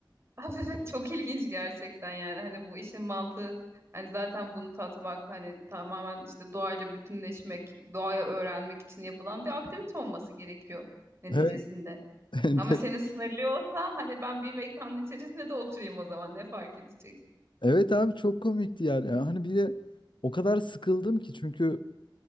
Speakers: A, on the right (about 35°); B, on the left (about 80°).
A: Abi evet çok ilginç gerçekten yani hani bu işin mantığı hani zaten bunu tatmak hani tamamen işte doğayla bütünleşmek, doğaya öğrenmek için yapılan bir aktivite olması gerekiyor neticesinde.
B: Evet. <laughs>
A: Ama seni sınırlıyorsa hani ben bir mekanın içerisinde de oturayım o zaman ne fark edecek?
B: Evet abi çok komikti yani. Yani Hani bir de o kadar sıkıldım ki çünkü